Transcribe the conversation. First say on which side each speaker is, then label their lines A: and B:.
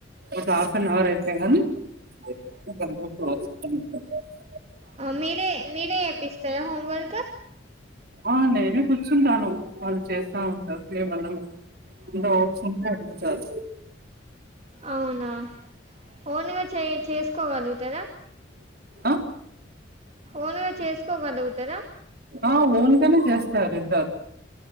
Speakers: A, on the right (about 55°); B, on the right (about 35°).
A: ఒక హాఫ్నాహౌర్ అయితేగాని <unintelligible>
B: మీరే మీరే చెప్పిస్తారా హోమ్వర్క్
A: ఆ నేనే కూర్చుంటాను వాళ్ళు చేస్తా ఉంటారు ఏమన్నా డౌట్స్ ఉంటే అడుగు చల్
B: అవునా ఓన్గా చే చేసుకోగాల్గుతారా
A: ఆ
B: ఓన్గా చేసుకోగలుగుతారా
A: ఆ ఓన్గానే చేస్తారు ఇద్దర్